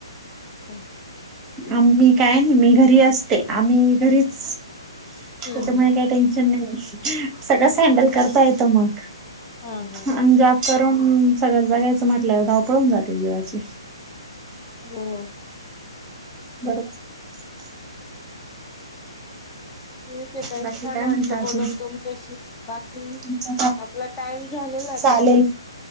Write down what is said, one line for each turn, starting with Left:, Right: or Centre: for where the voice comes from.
Left: हम.
Right: आम्ही काय नाही मी घरी असते आम्ही घरीच
Left: हं,
Right: त्याच्यामुळे
Left: हं.
Right: काही टेन्शन नाही सगळंच हँडल करता येतं मग.
Left: हा हा
Right: आणि जॉब करून सगळंच बघायचं म्हटल्यावर धावपळून होऊन जाते जीवाची
Left: हो.
Right: बरोबर.
Left: ठीक आहेे ताई
Right: बाकी
Left: छान
Right: काय
Left: वाटलं
Right: म्हणता अजून
Left: बोलून तुमच्याशी. बाकी
Right: तुमचा
Left: आपला टाइम झालेला आहे
Right: चालेल
Left: तसा